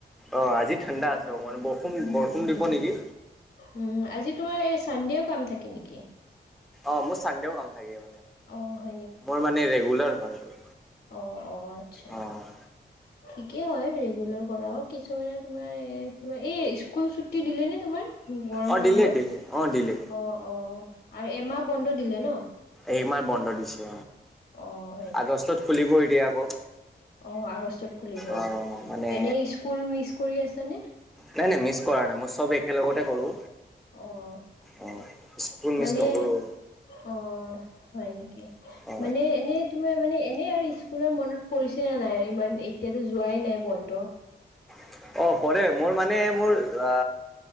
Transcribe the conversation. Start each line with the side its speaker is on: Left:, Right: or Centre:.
Centre: অ আজি ঠাণ্ডা আছে অ মানে বৰষুণ-বৰষুণ
Left: উম, উম।
Centre: দিব নেকি।
Left: উম, আজি তোমাৰ এই চানডেও কাম থাকে নেকি?
Centre: অ মোৰ চানডেও কাম থাকে
Left: অ', হয়
Centre: মোৰ মানে ৰেগুলাৰ হয়।
Left: অ-অ আচ্ছা
Centre: অ',
Left: ঠিকেই হয় ৰেগুলাৰ কৰাও কিছুমানে তোমাৰ তোমাৰ এই স্কুল ছুটি দিলে নে তোমাৰ - গৰম
Centre: অ',
Left: বন্ধুৰ
Centre: দিলে দিলে অ', দিলে।
Left: অঁ-অঁ আৰু এমাহ বন্ধ দিলে ন?
Centre: এই মাহ বন্ধ দিছে
Left: অ',
Centre: আগষ্টত খুলিব এতিয়া আকৌ।
Left: অ আগষ্টত খুলিব
Centre: অ মানে
Left: এনে স্কুল মিচ কৰি আছানে?
Centre: নাই-নাই মিচ কৰা নাই মই চব একেলগতে কৰো।
Left: অঁ
Centre: অ- স্কুল মিছ
Left: মানে
Centre: নকৰোঁ
Left: অ হয় নেকি
Centre: অ
Left: মানে এনে তোমাৰ মানে এনেই আৰু স্কুলৰ মনত পৰিছে নে নাই ইমান এতিয়াতো যোৱাই নাই বন্ধ -
Centre: অ পৰে মোৰ মানে মোৰ - বা